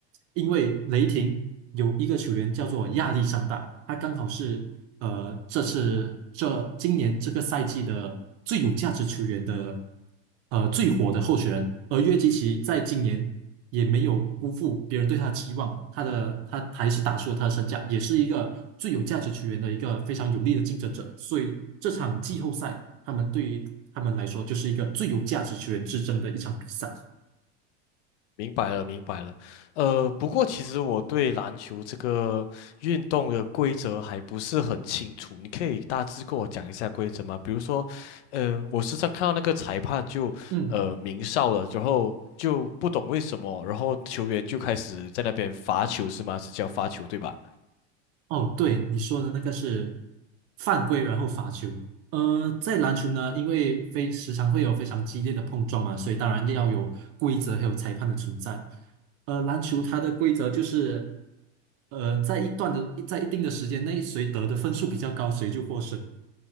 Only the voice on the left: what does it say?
明白了，明白了。呃，不过其实我对篮球这个运动的规则还不是很清楚，你可以大致跟我讲一下规则吗？比如说，呃，我时常看到那个裁判就呃鸣哨了，
然后就不懂为什么，然后球员就开始在那边罚球是吗？是叫罚球对吧？